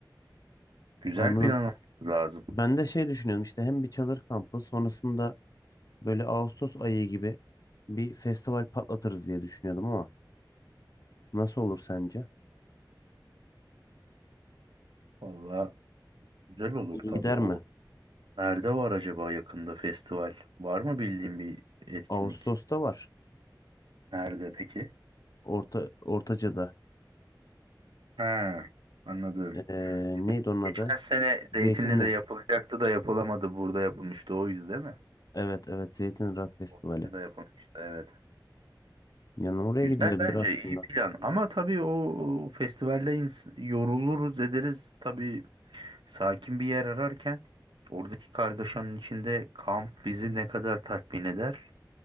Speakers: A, on the right; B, on the left.
A: Güzel
B: Anladım.
A: planlamamız lazım.
B: Ben de şey düşünüyorum işte hem bir çadır kampı sonrasında böyle Ağustos ayı gibi bir festival patlatırız diye düşünüyordum ama nasıl olur sence?
A: Valla güzel olur
B: İyi
A: tabii
B: gider
A: o.
B: mi?
A: Nerede var acaba yakında festival? Var mı bildiğin bir etkinlik?
B: Ağustos'ta var.
A: Nerede peki?
B: Orta Ortaca'da.
A: Ha, anladım.
B: Ee, neydi onun adı?
A: Geçen sene
B: Zeytinli.
A: Zeytinli'de yapılacaktı da yapılamadı. Burada yapılmıştı oydu değil mi?
B: Evet evet Zeytinli Rock Festivali.
A: Orada da yapılmıştı evet.
B: Yani oraya
A: Güzel
B: gidilebilir
A: bence
B: aslında.
A: iyi plan ama tabii o festivalle ins- yoruluruz ederiz. Tabii sakin bir yer ararken oradaki kargaşanın içinde kamp bizi ne kadar tatmin eder?